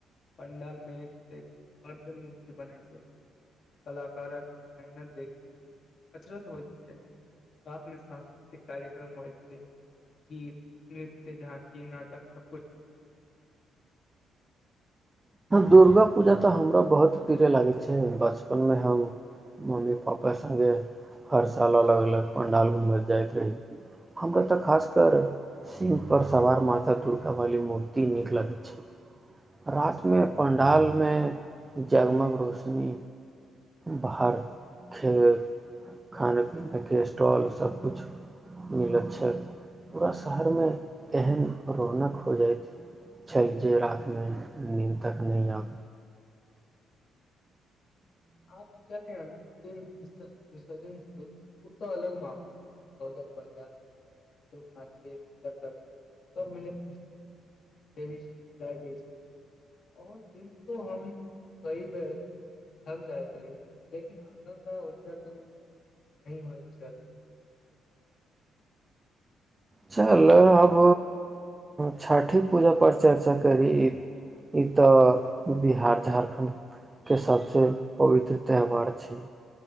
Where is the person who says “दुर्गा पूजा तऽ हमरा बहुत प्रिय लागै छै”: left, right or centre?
Right